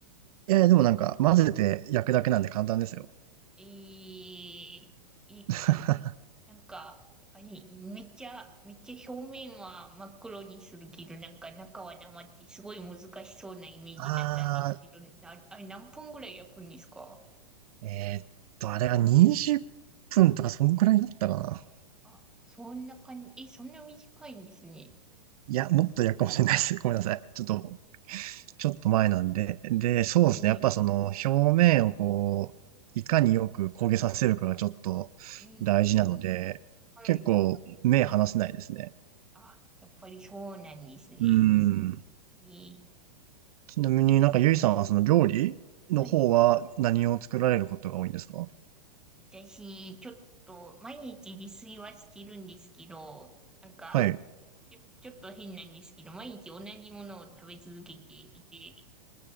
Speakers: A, on the right (about 60°); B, in the centre.
A: いやいや、でもなんか混ぜて焼くだけなんで簡単ですよ。
B: えー、え、
A: <laughs>
B: なんか、あれ、めっちゃ、めっちゃ表面は真っ黒にするけど、なんか中は生ってすごい難しそうなイメージだったんですけど、
A: ああ、
B: あ、あれ何分ぐらい焼くんですか
A: えーっと、あれが20分とかそんくらいだったかな。
B: あ、そんな感じ、え、そんな短いんですね。
A: いや、もっとやるかもしれないです。<laughs> ごめんなさい。ちょっと、ちょっと前なんで。で、そうですね。
B: えー、
A: やっぱその表面をこう、いかによく焦げさせるかがちょっと
B: うん、
A: 大事なので、
B: はい。
A: 結構目離せないですね。
B: あ、やっぱりそうなんですね。
A: うん。
B: えー
A: ちなみになんかゆいさんはその料理の方は何を作られることが多いんですか
B: はい。私、ちょっと、毎日自炊はしてるんですけど、なんか、
A: はい、
B: ちょ、ちょっと変なんですけど、毎日同じものを食べ続けていて、